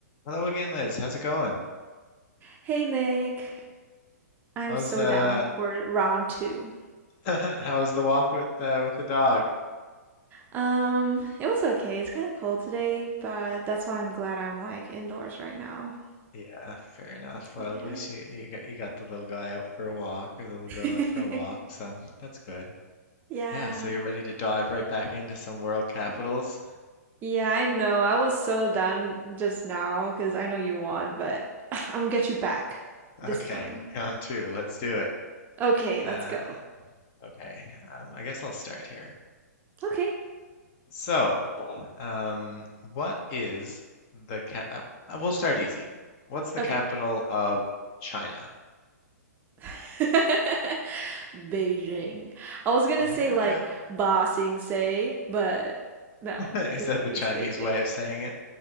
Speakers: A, on the left (about 35°); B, on the right (about 20°).
A: Hello again, Liz. How's it going?
B: Hey Nick, I'm
A: How's
B: so
A: uh
B: down for round two.
A: <laughs> how's the walk with uh with the dog?
B: Um, it was okay. It's kind of cold today, but that's why I'm glad I'm like indoors right now.
A: Yeah, fair enough. Well,
B: Yeah.
A: at least you you got you got the little guy out for a walk or the little
B: <laughs>
A: girl out for a walk, so that's good.
B: Yeah.
A: Yeah, so you're ready to dive right back into some world capitals.
B: Yeah, I know. I was so done just now because I know you won, but <sighs> I'm gonna get you back this
A: Okay,
B: time.
A: <laughs> round two. Let's do it.
B: Okay,
A: Uh,
B: let's go.
A: okay. Um, I guess I'll start here.
B: Okay.
A: So, um, what is the cap? We'll start easy. What's the
B: Okay.
A: capital of China?
B: <laughs> Beijing. I was gonna
A: You
B: say
A: got
B: like
A: it.
B: Ba Sing Se, but no,
A: <laughs> Is
B: it's
A: that the Chinese
B: it's Beijing.
A: way of saying it?